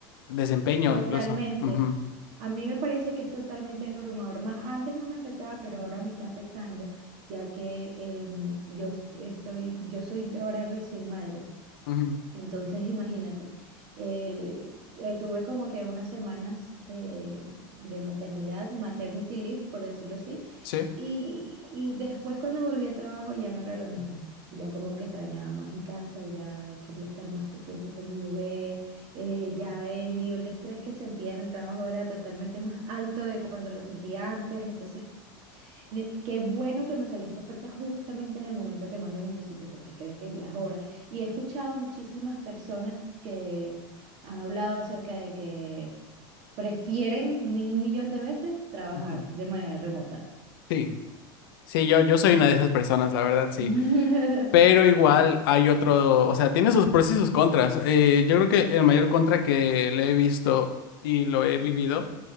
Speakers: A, on the left; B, on the right.
A: desempeño
B: totalmente.
A: incluso. Ujú,
B: A mí me parece que es totalmente abrumador. Más antes no me afectaba, pero ahora me está afectando, ya que em, yo s- estoy, yo soy ahora recién madre.
A: ujú.
B: Entonces, imagínate, eh, eh, tuve como que unas semanas de, de maternidad, maternity leave, por decirlo así,
A: Sí.
B: y, y después cuando volví al trabajo ya no era lo mismo, ya como que extrañaba más mi casa, ya quería estar más co- tiempo con mi bebé, eh, ya el nivel de estrés que sentía en el trabajo era totalmente más alto de cuando lo sentía antes, entonces ne- qué bueno que me salió esta oferta justamente en el momento que más lo necesito, porque creo que ya es hora. Y he escuchado muchísimas personas que han hablado acerca de que prefieren mi- un millón de veces trabajar
A: Ujú.
B: de manera remota.
A: Sí, sí, yo, yo soy una de esas personas, la verdad, sí.
B: <laughs>
A: Pero igual hay otro, o sea, tiene sus pros y sus contras. Eh, yo creo que el mayor contra que le he visto y lo he vivido